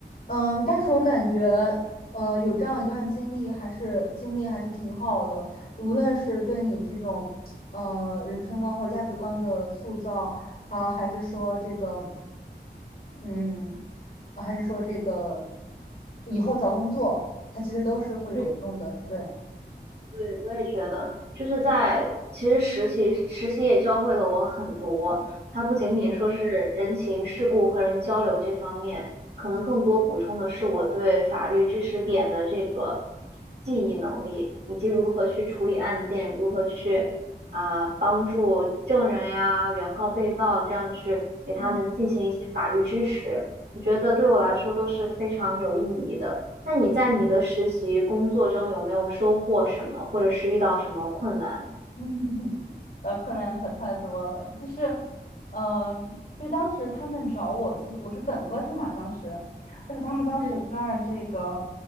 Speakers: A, on the left; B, on the right.
A: 嗯，但是我感觉，呃，有这样一段经历，还是经历还是挺好的。无论是对你这种，呃，人生观或者价值观的塑造，啊，还是说这个，嗯，呃还是说这个，以后找工作，它其实都是会有用的。
B: 嗯
A: 对，
B: 对，我也觉得，就是在其实实习实习也教会了我很多。它不仅仅说是人情世故和人交流这方面，
A: 嗯
B: 可能更多补充的是我对法律知识点的这个记忆能力，以及如何去处理案件，如何去啊、帮助证人呀、原告、被告这样去给他们进行一些法律支持。
A: 嗯
B: 我觉得对我来说都是非常有意义的。那你在你的实习工作中有没有收获什么，或者是遇到什么困难？
A: 嗯，<laughs> 呃，困难可太多了，就是，嗯、就当时他们找我，其实我是本科生嘛，当时，但是他们当时是按这个，
B: 嗯